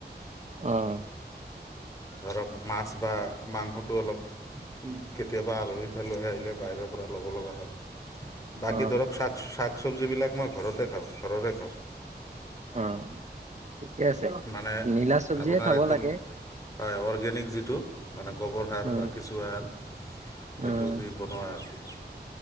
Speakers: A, on the right (about 40°); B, on the left (about 20°).
A: অহ।
B: ধৰক মাছ বা মাংসটো অলপ কেতিয়াবা আলহি চাহলী আহিলে বাহিৰৰ পৰা ল'ব লগা হয়। বাকী
A: অ
B: ধৰক শাক শাক চবজি বিলাক মই ঘৰতে থওঁ ঘৰৰে খাওঁ।
A: অহ চে
B: মানে
A: নীলা চবজি
B: আপোনাৰ
A: য়ে খাব
B: একদম
A: লাগে।
B: হয় অৰ্গেনিক যিটো মানে গোবৰ সাৰ
A: উম
B: বা কেঁচু সাৰ
A: উম।
B: সেইটো দি বনোৱা আছে।